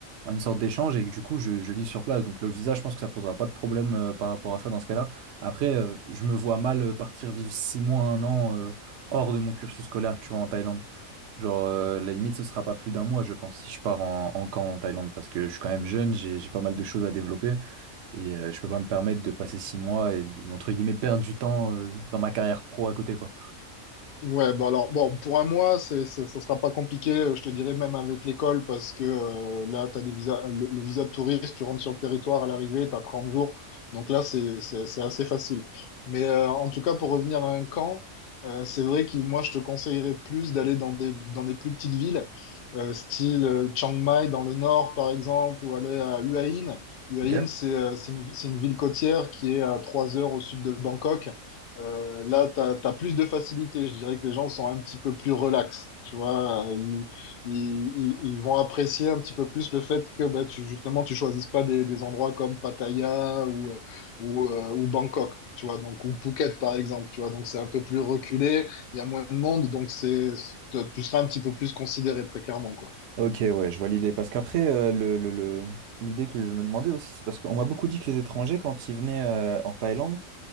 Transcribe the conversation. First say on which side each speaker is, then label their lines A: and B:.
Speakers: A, on the right; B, on the left.
A: une sorte d'échange, et que du coup, je, je vive sur place. Donc, le visa, je pense que ça posera pas de problème euh, par rapport à ça dans ce cas-là. Après, euh, je me vois mal euh, partir vivre six mois, un an euh, hors de mon cursus scolaire, tu vois, en Thaïlande. Genre, euh, la limite, ce sera pas plus d'un mois, je pense, si je pars en, en camp en Thaïlande, parce que je suis quand même jeune, j'ai j'ai pas mal de choses à développer, et euh, je peux pas me permettre de passer six mois et, de- entre guillemets, perdre du temps euh, dans ma carrière pro à côté, quoi.
B: Ouais, bah alors, bon, pour un mois, c'est, c'est- ça sera pas compliqué, euh, je te dirais même avec l'école, parce que euh, là, tu as des visas, le, le visa de touriste, tu rentres sur le territoire à l'arrivée, tu as 30 jours. Donc là, c'est, c'est, c'est assez facile. Mais euh, en tout cas, pour revenir à un camp, euh, c'est vrai que moi, je te conseillerais plus d'aller dans des, dans des plus petites villes, euh, style euh, Chiang Mai dans le nord, par exemple, ou aller à Hua Hin. Hua
A: Ok?
B: Hin, c'est euh, c'est une, c'est une ville côtière qui est à 3 heures au sud de Bangkok. Euh, là, tu as, plus de facilité. Je dirais que les gens sont un petit peu plus relax. Tu vois, Euh, ils, ils, ils- ils vont apprécier un petit peu plus le fait que bah, tu, justement, tu choisisses pas des, des endroits comme Pattaya ou, euh, ou, euh, ou Bangkok, tu vois, donc, ou Phuket, par exemple, tu vois. Donc, c'est un peu plus reculé, il y a moins de monde, donc c'est, tu tu seras un petit peu plus considéré, très clairement, quoi.
A: Ok, ouais, je vois l'idée. Parce qu'après, euh, le, le- le- l'idée que je me demandais aussi, c'est parce qu'on m'a beaucoup dit que les étrangers, quand ils venaient euh, en Thaïlande,